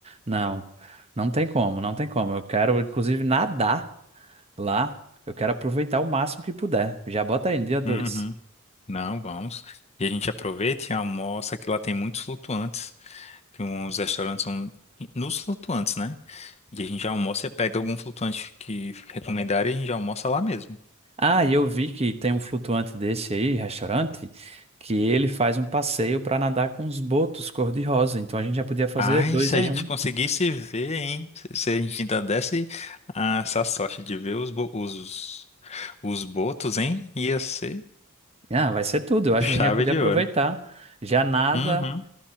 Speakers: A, on the right; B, on the left.
A: não, não tem como, não tem como. Eu quero, inclusive, nadar lá. Eu quero aproveitar o máximo que puder. Já bota aí, dia dois.
B: Uhum. Não, vamos. E a gente aproveita e almoça, que lá tem muitos flutuantes. Que uns restaurantes são nos flutuantes, né? E a gente já almoça, você pega algum flutuante que recomendarem e a gente já almoça lá mesmo.
A: Ah, e eu vi que tem um flutuante desse aí, restaurante, que ele faz um passeio para nadar com os botos cor-de-rosa. Então a gente já podia fazer
B: Ai,
A: dois
B: se
A: em
B: a gente
A: um.
B: conseguisse ver, hein? Se se a gente ainda desse ah, essa sorte de ver os, bo- os, os botos, hein? Ia ser
A: Ah, vai ser tudo. Eu acho
B: chave
A: que a gente já podia
B: de
A: aproveitar.
B: ouro.
A: Já nada,
B: Uhum,